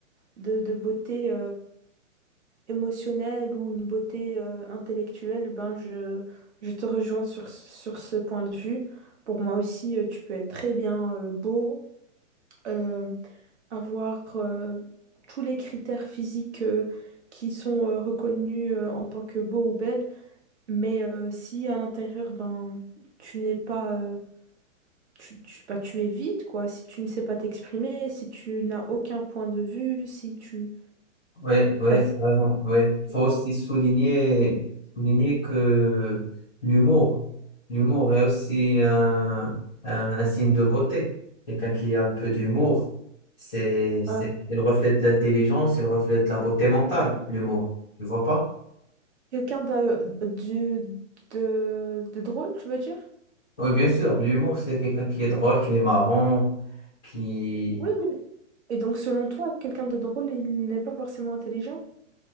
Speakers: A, on the right (about 60°); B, in the centre.
A: de, de beauté, émotionnelle ou une beauté euh, intellectuelle, ben je, je te rejoins sur, sur ce point de vue. Pour moi aussi, euh, tu peux être très bien euh, beau, euh, avoir euh, tous les critères physiques euh, qui sont euh, reconnus euh, en tant que beau ou belle, mais euh, si à l'intérieur, ben tu n'es pas... euh, Tu, tu, bah, tu es vide, quoi. Si tu ne sais pas t'exprimer, si tu n'as aucun point de vue, si tu...
B: Oui, oui,
A: bah, si
B: vraiment, oui. Faut
A: tu-
B: aussi souligner, souligner que l'humour, l'humour est aussi un, un, un signe de beauté. Quelqu'un qui a un peu d'humour, c'est, c'est,
A: Ouais.
B: il reflète l'intelligence, il reflète la beauté mentale, l'humour. Tu vois pas?
A: Quelqu'un de, du- de, de drôle, tu veux dire?
B: Oui, bien sûr, l'humour, c'est quelqu'un qui est drôle, qui est marrant, qui...
A: Oui, oui. Et donc, selon toi, quelqu'un de drôle, il n'est pas forcément intelligent?